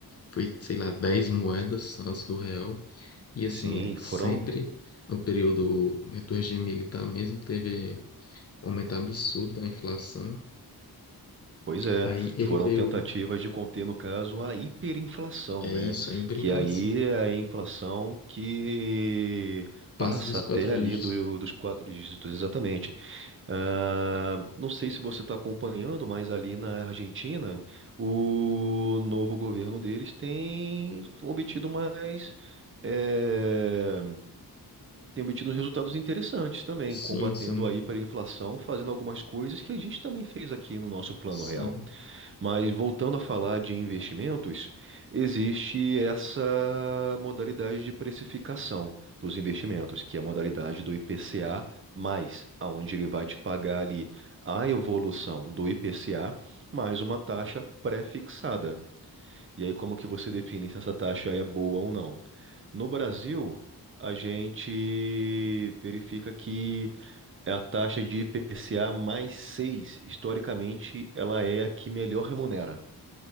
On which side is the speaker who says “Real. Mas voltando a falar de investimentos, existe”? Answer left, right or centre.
Right